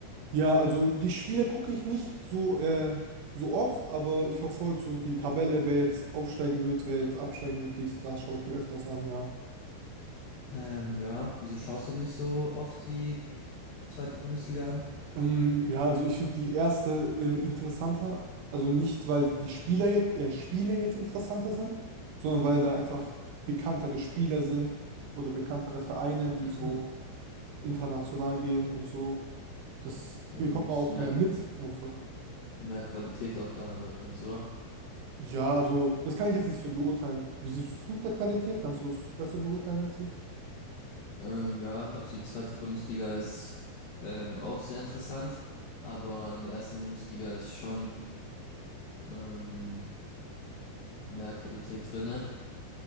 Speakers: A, on the right; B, on the left.
A: Ja, also die Spiele gucke ich nicht so, äh, so oft, aber ich verfolge so die Tabelle, wer jetzt aufsteigen wird, wer jetzt absteigen wird, dies, das schaue ich mir öfters an, ja.
B: Ähm, ja, wieso schaust du nicht so oft die zweite Bundesliga an?
A: Ähm, ja, also ich finde die erste äh, interessanter, also nicht, weil die Spieler jetzt, äh, Spiele jetzt interessanter sind, sondern weil da einfach bekanntere Spieler sind oder bekanntere Vereine, die so
B: Hm.
A: international gehen und so. Das
B: Und
A: bekommt man auch
B: mehr,
A: mehr mit, einfach.
B: mehr Qualität auch darin, ist, oder?
A: Ja, also das kann ich jetzt nicht so beurteilen. Wie siehst du es mit der Qualität? Kannst du es besser beurteilen als ich?
B: Ähm, ja, also die zweite Bundesliga ist ähm, auch sehr interessant, aber in der ersten Bundesliga ist schon ähm, mehr Qualität drinne,